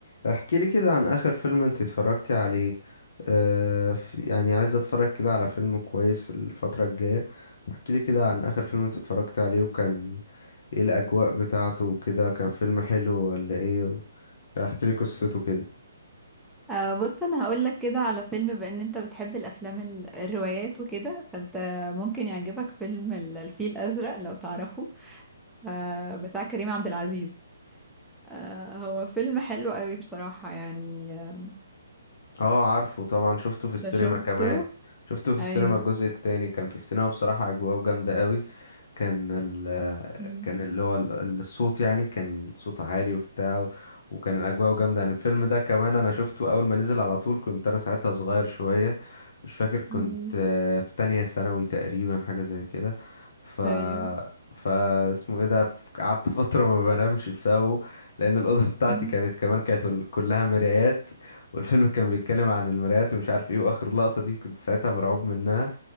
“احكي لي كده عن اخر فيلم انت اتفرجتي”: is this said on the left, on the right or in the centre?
Left